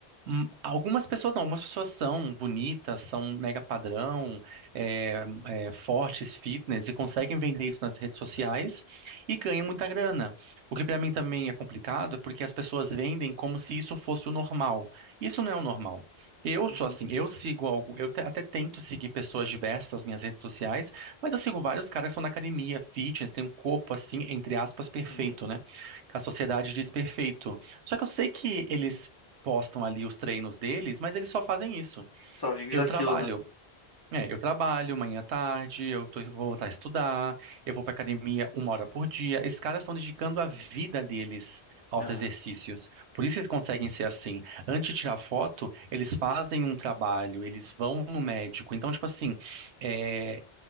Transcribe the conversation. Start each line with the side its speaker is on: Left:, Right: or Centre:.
Right: Hum, Algumas pessoas não, algumas pessoas são bonitas, são mega padrão, é, é, fortes, fitness, e conseguem vender isso nas redes sociais e ganham muita grana. O que para mim também é complicado é porque as pessoas vendem como se isso fosse o normal. Isso não é o normal. Eu
Left: uhum,
Right: sou assim, eu sigo algo, eu te- até tento seguir pessoas diversas nas minhas redes sociais, mas eu sigo vários caras que são da academia, fitness, tem um corpo assim, entre aspas, perfeito,
Left: uhum.
Right: né? Que a sociedade diz perfeito. Só que eu sei que eles postam ali os treinos deles, mas eles só fazem isso.
Left: Só vimos
Right: Eu
Left: daquilo,
Right: trabalho.
Left: né?
Right: É, eu trabalho manhã à tarde, eu tô- vou voltar a estudar, eu vou pra academia uma hora por dia. Esses caras estão dedicando a vida deles aos
Left: Aham,
Right: exercícios. Por isso eles conseguem ser assim. Antes de tirar foto, eles fazem um trabalho, eles vão no médico. Então, tipo assim, eh,